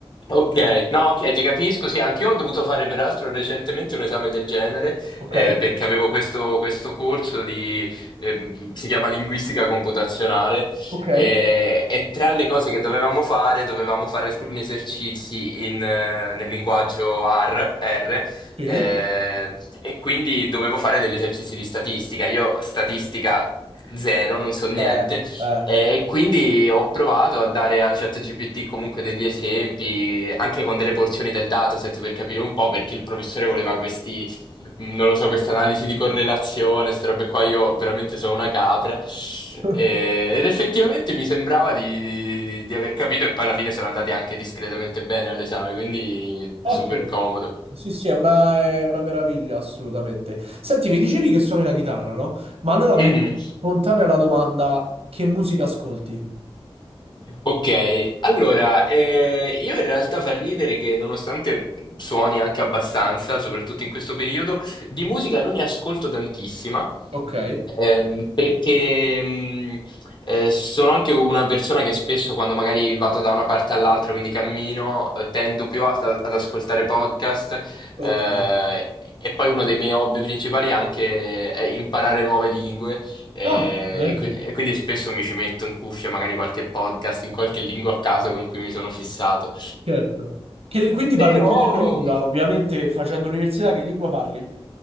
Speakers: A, on the left (about 50°); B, on the right (about 80°).
A: Ok, no, ok, ti capisco. Sì, anch'io ho dovuto fare peraltro recentemente un esame del genere
B: Ok?
A: eh, perché avevo questo, questo corso di, ehm, si chiama Linguistica Computazionale
B: Ok.
A: eh, e tra le cose che dovevamo fare, dovevamo fare alcuni esercizi in, eh, nel linguaggio R, R,
B: Sì.
A: eh, e quindi dovevo fare degli esercizi di statistica. Io statistica zero, non so niente.
B: Eh, eh.
A: E quindi ho provato a dare a ChatGPT comunque degli esempi, anche con delle porzioni del dataset per capire un po' perché il professore voleva questi, non lo so, queste analisi di correlazione, queste robe qua. Io veramente sono una capra.
B: <laughs>
A: E- ed effettivamente mi sembrava di, di- di aver capito, e poi alla fine sono andati anche discretamente bene all'esame, quindi
B: Ottimo.
A: super comodo.
B: Sì, sì, è una, è una meraviglia, assolutamente. Senti, mi dicevi che suoni la chitarra, no? Ma allora
A: Mhm.
B: mi spontanea la domanda, che musica ascolti?
A: Ok, allora, eh, io in realtà fa ridere che nonostante suoni anche abbastanza, soprattutto in questo periodo, di musica non ne ascolto tantissima,
B: Ok.
A: Ehm, perché mh, eh, sono anche una persona che spesso quando magari vado da una parte all'altra, quindi cammino, eh, tendo più a- ad ascoltare podcast.
B: Ok.
A: eh, e poi uno dei miei hobby principali è anche eh, imparare nuove lingue. eh,
B: Ah, bene,
A: e, qui- e quindi spesso mi ci metto in cuffia magari qualche podcast in qualche lingua a caso con cui mi sono fissato.
B: certo. Che li- quindi parli
A: Però.
B: più della lingua, ovviamente, facendo l'università, che lingua parli?